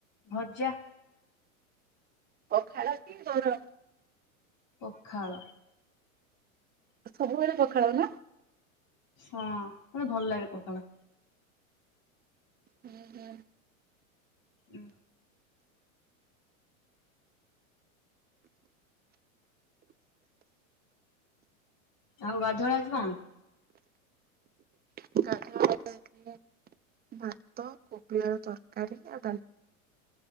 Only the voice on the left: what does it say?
ଭଜା
ପଖାଳ।
ହ ମତେ ଭଲ ଲାଗେ ପଖାଳା।
ଉୁ। ଆଉ ଗାଧଆଳା ଆଜି କଣ?